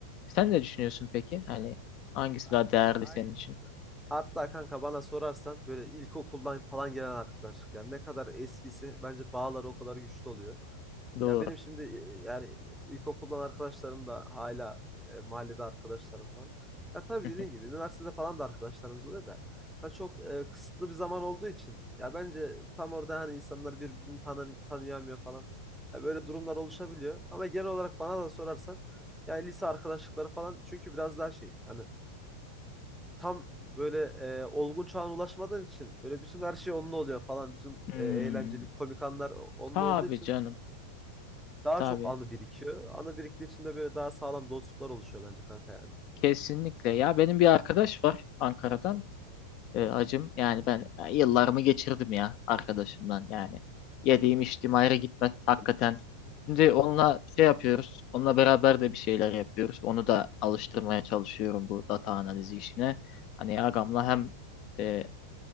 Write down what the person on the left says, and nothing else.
Sen ne düşünüyorsun peki? Hani hangisi
daha değerli
senin
için?
Doğru.
Hı
hı.
Hmm,
tabii
canım.
Tabii.
Kesinlikle. Ya benim bir arkadaş var Ankara'dan. e, acım. Yani ben e, yıllarımı geçirdim ya arkadaşımdan yani. Yediğim içtiğim ayrı gitmez hakikaten. Şimdi onunla şey yapıyoruz. Onunla beraber de bir şeyler yapıyoruz. Onu da alıştırmaya çalışıyorum bu data analizi işine. Hani ağamla hem e,